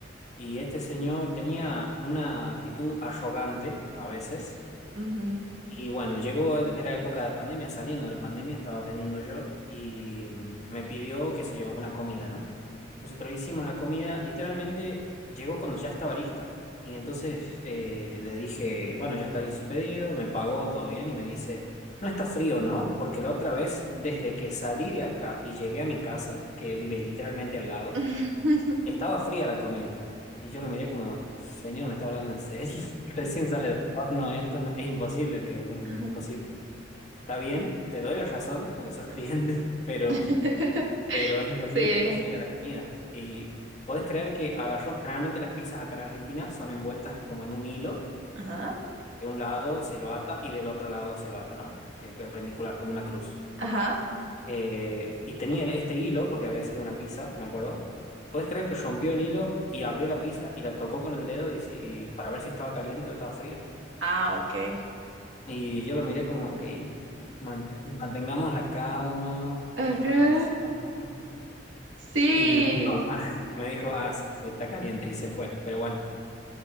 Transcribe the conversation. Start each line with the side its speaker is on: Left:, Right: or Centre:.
Left: y este señor tenía una actitud arrogante a veces.
Right: Ujú.
Left: Y bueno, llegó, era época de pandemia, saliendo de la pandemia, estaba atendiendo yo y mm, me pidió, qué sé yo, una comida, ¿no? Nosotros hicimos la comida, literalmente llegó cuando ya estaba lista. Y entonces eh, le dije, bueno, ya está listo su pedido, me pagó todo bien y me dice, no está frío, ¿no? Porque la otra vez, desde que salí de acá y llegué a mi casa, que vive literalmente al lado,
Right: <laughs> <laughs>
Left: estaba fría la comida. Y yo lo miré como, señor, me está hablando en serio. <laughs> Recién sale del horno esto, no- es imposible, Diego, no,
Right: Ajá.
Left: es imposible. Está bien, te doy la razón porque sos cliente, <laughs> pero
Right: <laughs>
Left: pero es imposible
Right: Sí.
Left: que esté fría la comida. Y podés creer que agarró, generalmente las pizzas acá en Argentina son envueltas como en un hilo,
Right: Ajá.
Left: de un lado se lo ata y del otro lado se lo ata, ¿no? Eh, perpendicular, como una cruz.
Right: Ajá.
Left: Eh, y tenía este hilo, porque había sido una pizza, me acuerdo. puedes creer que rompió el hilo y abrió la pizza y la tocó con el dedo y, si- y para ver si estaba caliente o estaba fría.
Right: Ah, ok.
Left: Y yo lo miré como, ok, mant- mantengamos la calma,
Right: Ajá.
Left: él es una persona.
Right: Sí.
Left: Y me dijo, ah, me dijo, ah, sí, sí, está caliente y se fue. Pero bueno,